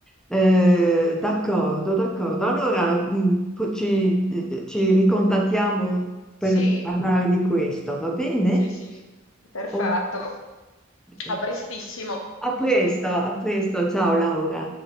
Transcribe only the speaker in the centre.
Eh, d'accordo, d'accordo. Allora, mh, po- ci, eh, ci ricontattiamo per
parlare di questo, va bene?
O- eh,
A presto, a presto, ciao Laura.